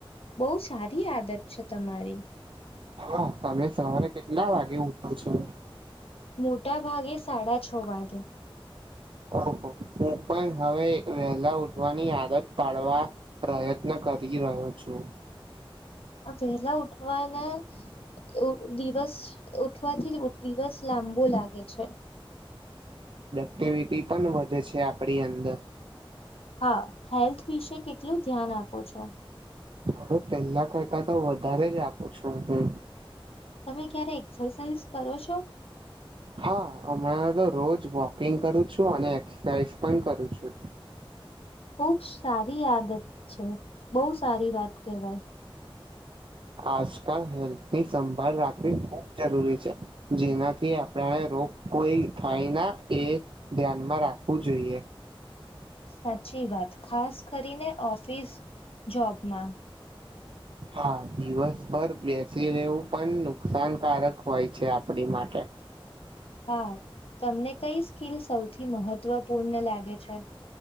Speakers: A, on the left; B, on the right.
A: બહુ સારી આદત છે તમારી
B: હા તમે સવારે કેટલા વાગે ઉઠો છો
A: મોટા ભાગે સાડા છ વાગે
B: ઓહ હું પણ હવે વહેલા ઉઠવાની આદત પાડવા પ્રયત્ન કરી રહ્યો છું છુ
A: પેલા ઉઠવા ના એવુ દિવસ ઉઠવાથી દિવસ લાંબો લાગે છે
B: ટીવીપી પણ વધે છે આપણી અંદર
A: હા હેલ્થ વિશે કેટલું ધ્યાન આપો છો
B: હ પેલા કરતા તો વધારે જ આપું છું હુ
A: તમે ક્યારે એક્સરસાઇઝ કરો છો
B: હા હમણાં તો રોજ વોકિંગ કરું છું અને એક્સરસાઇઝ પણ કરું છું
A: બહબ સારી આદત છે બહુ સારી વાત કેહેવાય
B: આજકાલ હેલ્થની સંભાળ રાખવી જરૂરી છે જેનાથી આપને રોગ કોઈ થાય ના એ ધ્યાનમાં રાખ આપવું જોઈએ
A: સાચી વાત ખાસ કરીને ઓફિસ જોબમાં
B: હા દિવસભર બેસી રહેવું પણ નુકસાનકારક હોય છે આપડી માટે
A: <inaudible> હા તમને કઈ સ્કીલ સૌથી મહત્વપૂર્ણ લાગે છે